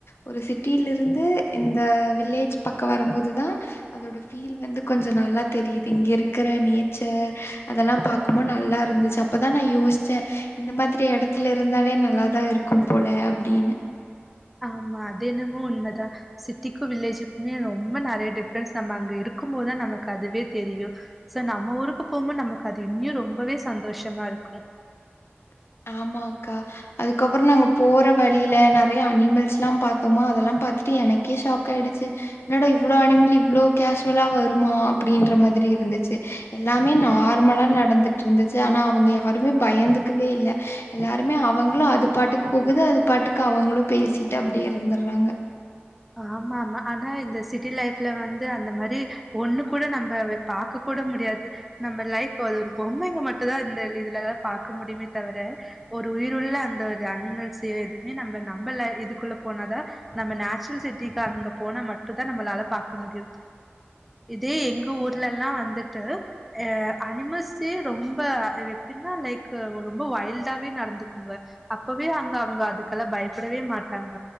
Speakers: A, on the left; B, in the centre.
A: ஒரு சிட்டில் இருந்து இந்த வில்லேஜ் பக்க வரம்போதுதா அதோட ஃபீல் வந்து கொஞ்சோ நல்லா தெரியுது இங்க இருக் க்கற நேச்சர் அதெல்லா பாக்கு போ நல்லா இருந்துச்சு அப்பதா நா யோஸ்ச்சே இந்த மாதிரி இடத்துல இருந்தாலே நல்லாதா இருக்கு போல அப்டின்னு
B: ஆமா அது என்னமோ உண்மதா சிட்டிக்கு வில்லேஜ்க்குமே ரொம்ப நெறைய டிஃப்ரன்ஸ் நம்ம அங்க இருக்கு போதுதா நமக் அதுவே தெரியு சோ நம்ம ஊருக்கு போகும்போது நமக்கு அது இன்னு ரொம்பவே சந்தோஷமா இருக்கு
A: ஆமா அக்கா அதுக்கப்பறொ நாங்க போற வழியில நெறையா அனிமல்ஸ்லா பாத்தொமா அதெல்லா பாத்துட்டு எனக்கே ஷாக் காய்டுச்சி என்னடா இவ்ளோ அனிமல் இவ்ளோ கேசுவலா வருமா அப்டின்ற மாதிரி இருந்துச்சி எல்லாமே நார்மலா நடந்துட்ருந்துச்சி ஆனா அவங்க யாருமே பயந்துக்கவே இல்ல எல்லாருமே அவங்ளு அது பாட்டுக்கு போகுது அது பாட்டுக்கு அவங்களு பேசிட்டு அப்டியே இருந்துர்றாங்க
B: ஆமாமா ஆனா இந்த சிட்டி லைஃப்ல வந்து அந்த மாரி ஒண்ணு கூட நம்ப வ பாக்க கூட முடியாது நம்ம லைஃப் அது ஒரு பொம்மைங்க மட்டுதா இந்த லிதுலதா பாக்க முடியுமே தவர ஒரு உயிருள்ள அந்த ஒரு அனிமெல்ஸ் செ எதுமே நம்ம நம்மல இதுக்குள்ள போனாதா நம்ம நே சுல் சிட்டிக்கங்க போனா மட்டுதா நம்மளால பாக்க முடியு இதே எங்க ஊர்லல்லா வந்துட்டு அ அனிமல்ஸே ரொம்ப அதெப்டின்னா லைக்கு ஒ ரொம்ப வைல்டாவே நடந்துக்குங்க அப்பவே அங்க அவங்க அதுக்கெலா பயப்படவே மாட்டாங்க